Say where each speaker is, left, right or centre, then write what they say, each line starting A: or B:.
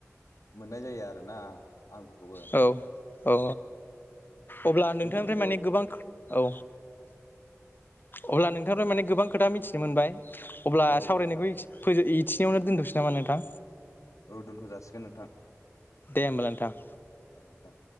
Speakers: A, on the left (about 80°); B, on the left (about 40°).
A: मोननाय जायो आरोना आंगुरखौबो
B: औ औ अब्ला
A: बेफोरखौथ'
B: नोंथांनिफ्राय माने गोबां औ अब्ला नों थां माने गोबां खोथा मिथिनो मोनबाय अब्ला
A: औ
B: सावरायनायखौ
A: नोंथां
B: <unintelligible> थिनियावावनो दोनथ'सै नामा नोंथां।
A: औ दोनथ' जासिगोन नोंथां।
B: दे होमबालाय नोंथां।
A: औ नोंथां